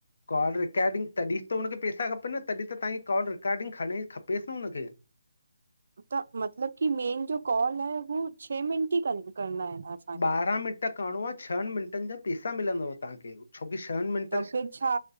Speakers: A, on the left; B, on the right.
A: कॉल रिकॉर्डिंग तॾहिं त हुनखे पैसा खपनि न तॾहिं त तव्हांखे कॉल रिकॉर्डिंग खणी खपेसि न हुनखे।
B: त मतलब की मेन जो कॉल है हू छह मिंट ई कर करना है।
A: ॿारहां मिंट करिणो आहे छह मिंटनि जा पैसा मिलंदव तव्हांखे छोकी छह मिंट
B: त फिर छा